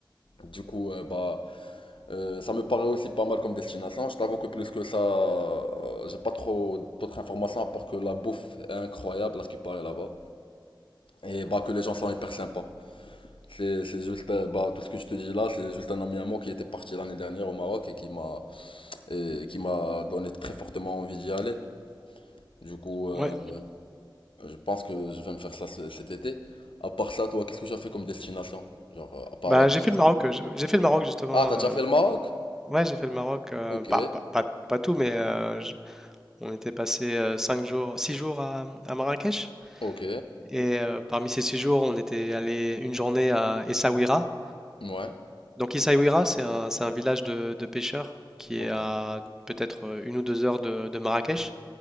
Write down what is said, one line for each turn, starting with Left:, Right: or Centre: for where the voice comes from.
Left: Du coup, euh, bah, euh, ça me paraît aussi pas mal comme destination. Je t'avoue que plus que ça, euh, j'ai pas trop d'autres informations à part que la bouffe est incroyable à ce qui paraît là-bas. Et bah que les gens sont hyper sympas. C'est, c'est juste, euh, bah, tout ce que je te dis là, c'est juste un ami à moi qui était parti l'année dernière au Maroc et qui m'a, et qui m'a donné très fortement envie d'y aller. Du coup, euh,
Centre: Ouais.
Left: je pense que je vais me faire ça ce- cet été. À part ça, toi, qu'est-ce que tu as fait comme destination? Genre, euh, à part
Centre: Bah
Left: la Grèce.
Centre: j'ai fait le Maroc, euh, je- j'ai fait le Maroc justement
Left: Ah, t'as déjà
Centre: euh,
Left: fait le Maroc?
Centre: Ouais, j'ai fait le Maroc, euh,
Left: Ok,
Centre: pas, pas, pas- pas tout, mais euh, je- on était passé euh, cinq jours, six jours à, à Marrakech.
Left: ok,
Centre: Et euh, parmi ces six jours, on était allé une journée à Essaouira.
Left: ouais,
Centre: Donc Essaouira, c'est un, c'est un village de, de pêcheurs qui
Left: ok,
Centre: est à peut-être euh, une ou deux heures de, de Marrakech.